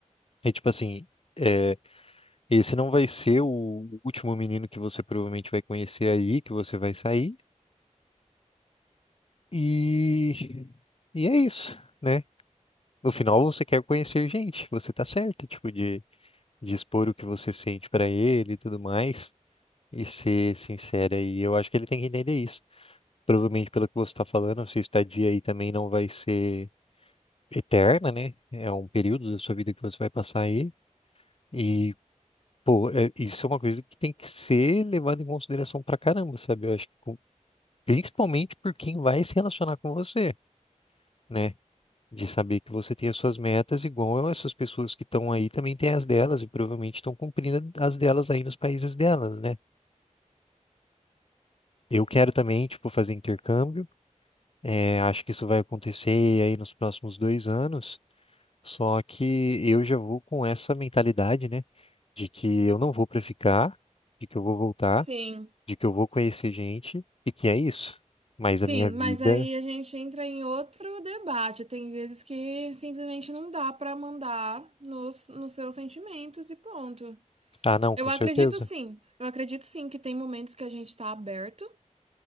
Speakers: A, on the left; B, on the right.
A: É tipo assim, é, esse não vai ser o último menino que você provavelmente vai conhecer aí, que você vai sair. E, e é isso, né? No final você quer conhecer gente, você tá certo, tipo, de, de expor o que você sente pra ele e tudo mais, e ser sincera. E eu acho que ele tem que entender isso. Provavelmente, pelo que você tá falando, a sua estadia aí também não vai ser eterna, né? É um período da sua vida que você vai passar aí. E Pô, é- isso é uma coisa que tem que ser levada em consideração pra caramba, sabe? Eu acho que com- principalmente por quem vai se relacionar com você, né? De saber que você tem as suas metas, igual essas pessoas que estão aí também têm as delas e provavelmente estão cumprindo as delas aí nos países delas, né? Eu quero também, tipo, fazer intercâmbio. é, acho que isso vai acontecer aí nos próximos dois anos. Só que eu já vou com essa mentalidade, né? De que eu não vou pra ficar, de que eu vou voltar.
B: Sim.
A: de que eu vou conhecer gente e que é isso. Mas
B: Sim,
A: a minha vida.
B: mas aí a gente entra em outro debate. Tem vezes que simplesmente não dá para mandar nos, nos seus sentimentos e ponto.
A: Ah, não, com
B: Eu acredito
A: certeza.
B: sim, eu acredito sim que tem momentos que a gente tá aberto